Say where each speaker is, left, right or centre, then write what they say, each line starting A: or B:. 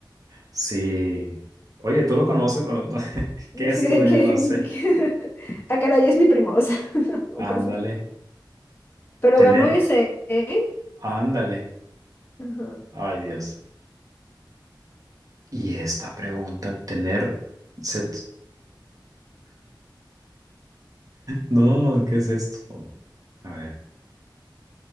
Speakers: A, on the right; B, on the left.
A: Sí. Oye, ¿tú lo conoces? <laughs>
B: <laughs>
A: ¿Qué es
B: Sí, de
A: tuyo?
B: que,
A: No sé.
B: que- <laughs> ah, caray, es mi primo, o sea, <laughs> o
A: Ándale.
B: cosas así. Pero
A: Tener.
B: ganó ese, ¿eh?
A: Ándale.
B: Ajá.
A: Ay, Dios. Y esta pregunta, tener. sex- No, ¿qué es esto? A ver,